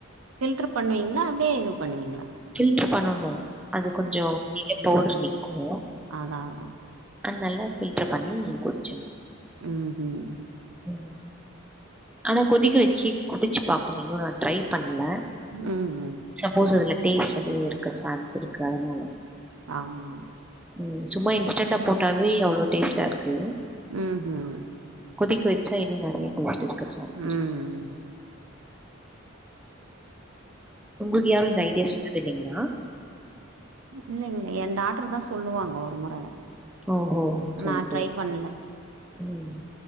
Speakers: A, on the right; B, in the centre.
A: ஃபில்ட்ரு பண்ணுவீங்ளா அப்டியே இதுவு பண்ணுவீங்ளா
B: ஃபில்ட்ரு பண்ணணு அது கொஞ்சோ அப்டியே பவுட்ரு நிக்கு
A: அதா அதா
B: அந்தல்ல ஃபில்ட்ரு பண்ணி குடுச்சே
A: ம் ஹும்
B: ம் ஆனா கொதிக்க வச்சு குடிச்சு பாக்கணு இன்னு நா ட்ரை பண்ல
A: ம் ஹும்
B: சப்போஸ் அதுல டேஸ்ட் அதுவு இருக்க சான்ஸ் இருக்கு அதுனால
A: ஆமா
B: ம் சும்மா இன்ஸ்டண்டா போட்டாவே அவ்ளோ டேஸ்ட்டா இருக்கு
A: ம் ஹும்
B: கொதிக்க வச்சா இன்னு நெறையா டேஸ்ட் இருக்க சான்ஸ் இருக்கு
A: ம்.
B: உங்களுக்கு யாரு இந்த ஐடியா சொன்னது இல்லைங்ளா
A: இல்லேங்ளே ஏ டாட்டருதா சொல்லுவாங்க ஒரு முற
B: ஓஹோ! சரி,
A: நா
B: சரி.
A: ட்ரை பண்ல
B: ம்